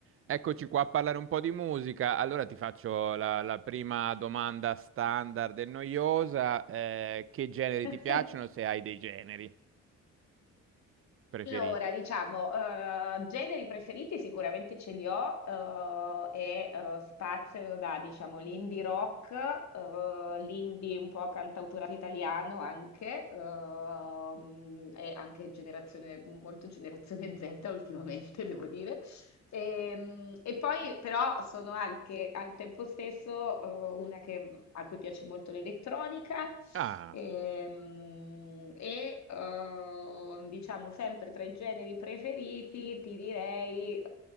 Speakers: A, on the right (about 45°); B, on the left (about 65°).
A: Eccoci qua a parlare un po' di musica. Allora ti faccio la, la prima domanda standard e noiosa. Eh, che generi
B: <laughs>
A: ti piacciono, se hai dei generi preferiti?
B: Allora, diciamo, eh, generi preferiti sicuramente ce li ho eh, e eh, spaziano da, diciamo, l'indie rock, eh, l'indie un po' cantautorato italiano anche, ehm, e anche generazione, molto generazione <laughs> Z ultimamente, devo dire, Ehm, E, poi però sono anche al tempo stesso eh, una che- mhmm, a cui piace molto l'elettronica
A: Ah,
B: ehm, e eh, diciamo sempre tra i generi preferiti ti direi, eh,